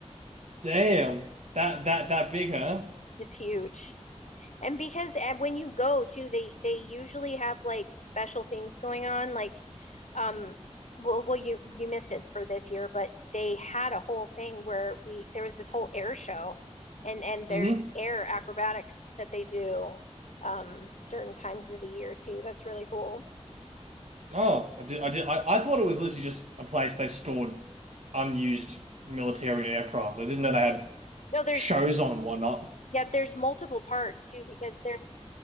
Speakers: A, on the right; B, on the left.
A: Damn. That that that big, huh?
B: it's huge. And because uh, when you go too, they they usually have like special things going on. Like, um, well, well, you you missed it for this year, but they had a whole thing where we there was this whole air show, and and there's
A: Mm-hmm.
B: air acrobatics that they do um certain times of the year too. That's really cool.
A: Oh, I did. I did. I, I thought it was literally just a place they stored unused military aircraft. I didn't know they had
B: No, there's
A: shows on and whatnot.
B: Yeah, there's multiple parts too because there's